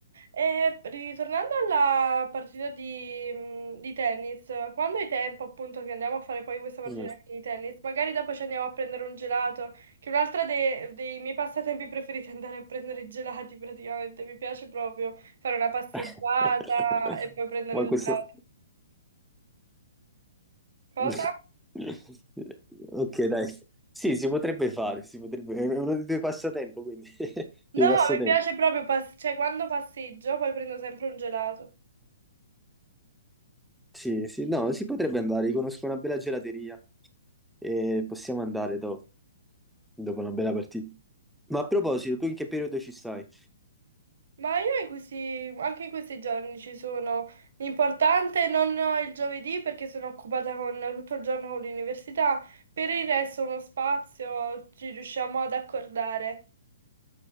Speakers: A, on the right; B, in the centre.
A: E ritornando alla partita di, mm, di tennis, quando hai tempo appunto che andiamo a fare poi questa partita
B: Mm.
A: di tennis, magari dopo ci andiamo a prendere un gelato, che è un'altra de- dei miei passatempi preferiti <laughs> è andare a prendere i gelati praticamente, mi piace proprio fare una passeggiata
B: <laughs>
A: e poi prendere
B: Ma
A: un
B: questo...
A: gelato. Cosa?
B: <laughs> Ok, dai. Sì, si potrebbe fare, si potrebbe... è uno dei tuoi passatempo, quindi <laughs> dei
A: No,
B: passatempi.
A: mi piace proprio, pass- cioè quando passeggio poi prendo sempre un gelato.
B: Sì, sì, no, si potrebbe andare, io conosco una bella gelateria e possiamo andare dopo, dopo una bella partita. Ma a proposito, tu in che periodo ci stai?
A: Ma io in questi, anche in questi giorni ci sono. L'importante non ho il giovedì perché sono occupata con, tutto il giorno con l'università, per il resto uno spazio ci riusciamo ad accordare.